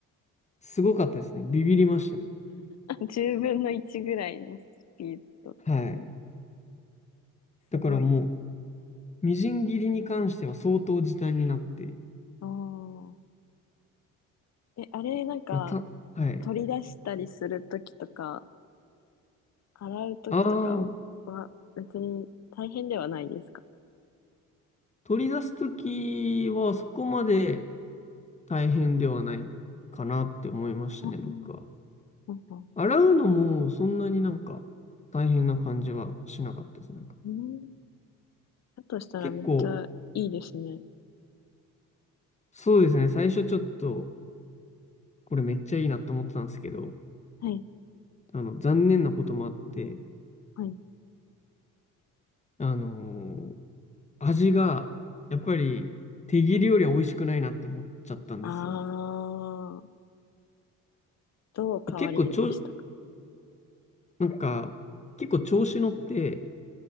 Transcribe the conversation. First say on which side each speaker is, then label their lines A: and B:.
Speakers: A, on the left (about 20°); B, on the left (about 50°).
A: すごかったですね。ビビりましたね。
B: 10分の1ぐらいのスピードってことですね。
A: はい。だからもう、
B: すごいです。
A: みじん切りに関しては相当時短になって、
B: ああ。え、あれ、なんか、
A: まあた、はい。
B: 取り出したりするときとか、洗うときとかは、
A: ああ、
B: 別に大変ではないですか
A: 取り出すときはそこまで大変ではないかなって思いましたね、
B: あー
A: 僕は。
B: なんか、
A: 洗うのもそんなになんか大変な感じはしなかったです。なんか
B: うん。だとしたらめっちゃいいですね。
A: 結構、そうですね、最初ちょっとこれめっちゃいいなと思ってたんですけど、
B: はい、
A: あの、残念なこともあって、
B: はい。
A: あのー味がやっぱり手切りよりは美味しくないなって思っちゃったんですよね。
B: ああ、どう変わりましたか
A: 結構ちょ、なんか結構調子乗って、